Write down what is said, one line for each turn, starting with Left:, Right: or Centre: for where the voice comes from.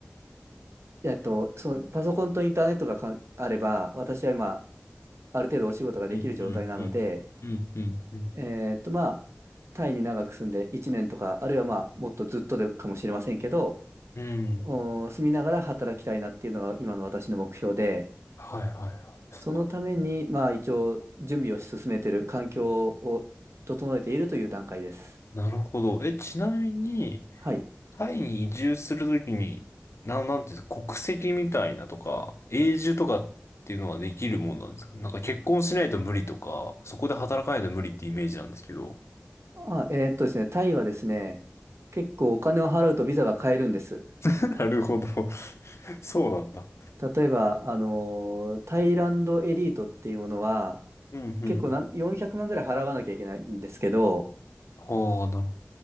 Right: えっと、そのパソコンとインターネットがかんあれば、私は今、ある程度お仕事ができる状態なので、
Left: うん、うん、うん、うん、うん、うん。
Right: えっと、まあ、タイに長く住んで1年とか、あるいはまあ、もっとずっとでかもしれませんけど、
Left: うん
Right: お住みながら働きたいなっていうのが今の私の目標で、
Left: はい、はい、はい。そっか。
Right: そのために、まあ、一応、準備を進めている、環境を整えているという段階です。
Left: なるほど。え、ちなみに、
Right: はい。
Left: タイに移住するときに、な、なんていうんですか、国籍みたいなとか、永住とかっていうのはできるもんなんですかなんか結婚しないと無理とか、そこで働かないと無理ってイメージなんですけど。
Right: あ、えっとですね、タイはですね、結構お金を払うとビザが買えるんです。
Left: <laughs> なるほど。そうなんだ。
Right: 例えば、あのータイランドエリートっていうものは、
Left: うん、うん。
Right: 結構なん400万ぐらい払わなきゃいけないんですけど、
Left: ああ、なるほ